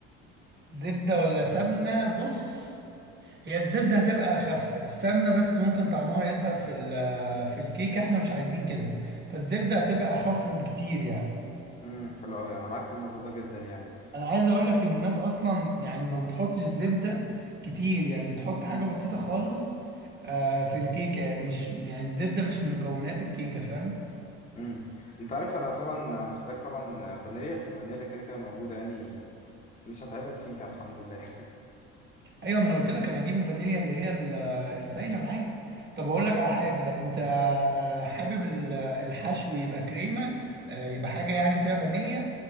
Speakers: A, on the right; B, on the left.
A: زبدة ولا سمنة بص هي الزبدة هتبقى اخف السمنة بس ممكن طعمها يظهر في ال- في الكيك احنا مش عايزين كده فالزبدة هتبقى اخف بكتير يعني
B: امم حلو قوي انا معاك في الموضوع ده جدا يعني
A: انا عايز اقول لك ان الناس اصلا يعني ما بتحطش زبده كتير يعني بتحط حاجه بسيطه خالص آه في الكيكه يعني مش يعني الزبده مش من مكونات الكيكه فاهم
B: امم انت عارف انا طبعا هنحتاج طبعا فانيليا في الفانيليا كده كده موجوده يعني مش هتعبك فيها الحمد لله <laughs>
A: ايوه ما انا قلت لك انا هجيب الفانيليا اللي هي ال- السايله معايا طب اقول
B: اه
A: لك على حاجه انت آه حابب ال- الحشو يبقى كريمه آه يبقى حاجه يعني فيها فانيليا